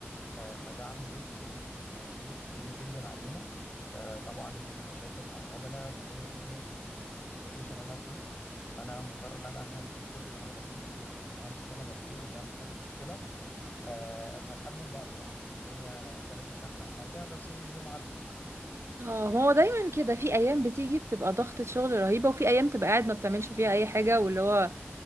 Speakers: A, on the left; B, on the right.
A: آه، فده عامل لود كبير جد يعني لود كبير جدا علينا آه، طبعا مشاكل مع العملاء بما اني سينيور في ال- في البوزيشن اللي انا فيه فانا مضطر ان انا هندل كل العملاء دي والمهندس هنا موجود مش عارف احل المشكله آه، فالحال من بعضه يعني الدنيا كانت مش أحسن حاجة بس اليوم عدى
B: اه ما هو دايما كده في ايام بتيجي بتبقى ضغطة شغل رهيبة وفي ايام تبقى قاعد ما بتعملش فيها اي حاجة واللي هو